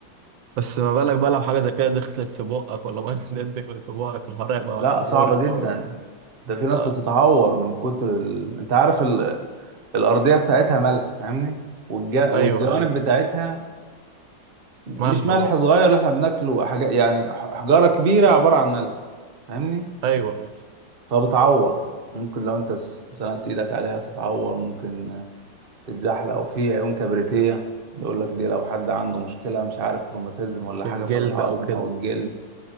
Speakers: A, on the right; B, on the right.
A: بس ما بالك بقى لو حاجه زي كده دخلت في بقك ولا ميه <laughs> دي دخلت في بقك الحوار هيبقى
B: لا صعبة
A: مقرف
B: جدا
A: قوي يعني
B: ده في ناس
A: اه
B: بتتعور من كتر ال... انت عارف الارضيه بتاعتها ملح فاهمني والج...
A: ايوه
B: والجوانب
A: ايوه
B: بتاعتها مش
A: ملح
B: ملح
A: برضه
B: صغير اللي احنا بناكله حاجه يعني ح- حجاره كبيره عباره عن ملح فاهمني
A: ايوه ايوه
B: فبتعور ممكن لو انت س- سندت ايدك عليها تتعور ممكن تتزحلق او في عيون كبريتيه بيقول لك دي لو حد عنده مشكله مش عارف روماتيزم ولا
A: في
B: حاجه
A: الجلد
B: في العظم
A: او كده
B: او الجلد